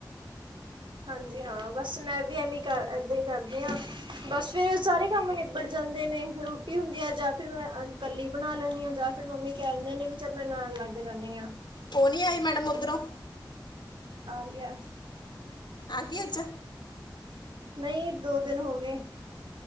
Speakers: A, on the right; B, on the left.
A: ਹਾਂਜੀ ਹਾਂ ਬਸ ਮੈਂ ਵੀ ਐਵੇਂ ਕਰ ਏਦਾਂ ਹੀ ਕਰਦੀ ਹਾਂ ਬਸ ਫੇਿਰ ਸਾਰੇ ਕੰਮ ਨਿਬੜ ਜਾਂਦੇ ਨੇ ਰੋਟੀ ਹੁੰਦੀ ਹੈ ਜਾਂ ਫਿਰ ਮੈਂ ਕੱਲੀ ਬਣਾ ਲੈਂਦੀ ਹਾਂ ਜਾਂ ਫਿਰ ਮੰਮੀ ਕਹਿ ਦਿੰਦੇ ਨੇ ਵੀ ਚੱਲ ਮੈਂ ਨਾਲ ਲੱਗ ਜਾਂਦੀ ਹਾਂ
B: ਉਹ ਨਹੀਂ ਆਈ ਮੈਡਮ ਉੱਧਰੋਂ
A: ਆਲਿਆ
B: ਆ ਗਈ ਅੱਜ।
A: ਨਹੀਂ ਦੋ ਦਿਨ ਹੋ ਗਏ।